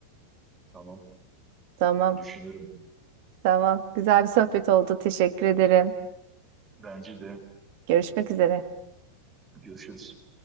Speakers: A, on the right; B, on the right.
A: Tamam,
B: Tamam,
A: düşünürüm.
B: tamam. Güzel bir sohbet oldu. Teşekkür ederim.
A: Bence de
B: Görüşmek üzere.
A: görüşürüz.